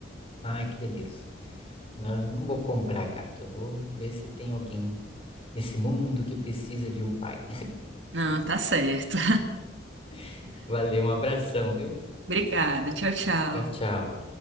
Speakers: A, on the left; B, on the right.
A: Ai, que beleza. Eu não vou comprar gato, eu vou ver se tem alguém nesse mundo que precisa de um pai.
B: Não, tá certo.
A: <laughs> Valeu, um abração, viu?
B: Obrigada. Tchau, tchau.
A: Tchau, tchau.